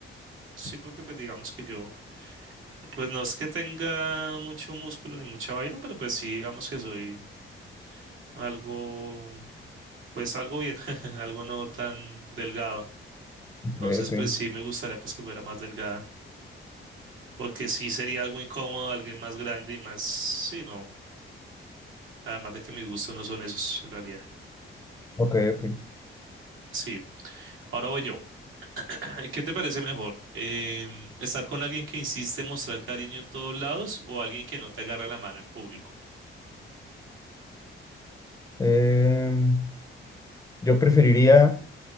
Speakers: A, on the right; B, on the left.
A: Sí, porque pues digamos que yo, pues no es que tenga mucho músculo ni mucha vaina, pero pues sí, digamos que soy algo, pues algo bien, <laughs> algo no tan delgado.
B: Ok,
A: Entonces,
B: ok,
A: pues sí me gustaría pues que fuera más delgada, porque sí sería algo incómodo, alguien más grande y más, sí, no, Además de que mis gustos no son esos en realidad.
B: ok, ok.
A: Sí, ahora voy yo. <clears throat> ¿Qué te parece mejor? Em, ¿estar con alguien que insiste en mostrar cariño en todos lados o alguien que no te agarra la mano en público?
B: Em, yo preferiría